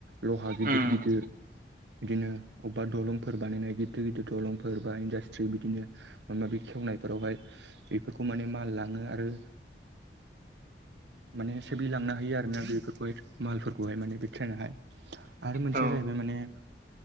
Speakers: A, on the right; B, on the right.
A: लहा गिदिर
B: उम
A: गिदिर बिदिनो अबबा दलंफोर बानायनाय गिदिर गिदिर दलंफोर बा इन्डास्ट्रि बिदिनो माबा माबि खेवनायफोरावहाय इफोरखौ माने माल लाङो आरो
B: <inaudible>
A: माने सेब्लिलांनो हायो आरोना बेफोरखौहाय मालफोरखौहाय माने बे ट्रेनाहाय। आरो मोनसेया
B: औ
A: जाहैबाय माने